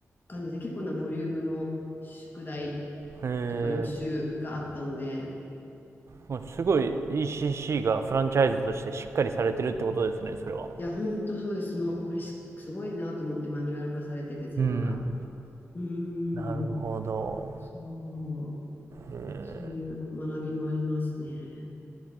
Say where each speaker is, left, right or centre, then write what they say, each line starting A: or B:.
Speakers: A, on the left; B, on the right.
A: 感じで結構なボリュームの宿題
B: あ。へえ
A: とか予習があったので、
B: ー、もうすごい ECC がフランチャイズとしてしっかりされてるってことですね、それは。
A: いや、本当そうです。もうこれしすごいなと思ってマニュアル化されてて全部が。
B: うん。
A: うー
B: なるほど。
A: ん、そう、
B: え
A: そういう学びもありますね。